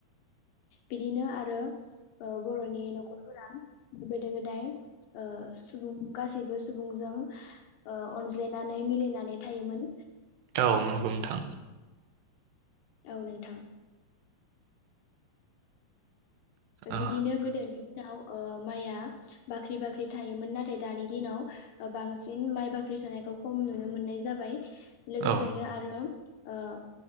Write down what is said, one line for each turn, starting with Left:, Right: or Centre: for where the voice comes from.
Left: बिदिनो आरो ओ बर'नि न'खरफोरा गोदो गोदाय ओ सुबुं गासैबो सुबुंजों ओ अनज्लायनानै मिलायनानै थायोमोन।
Right: औ नंगौ नोंथां।
Left: औ नोंथां। बिदिनो
Right: औ
Left: गोदोनि दिनाव ओ माइआ बाख्रि बाख्रि थायोमोन नाथाय दानि दिनाव बांसिन माइ बाख्रि थानायखौ खम नुनो मोननाय जाबाय। लोगोसेनो
Right: औ
Left: आरो ओ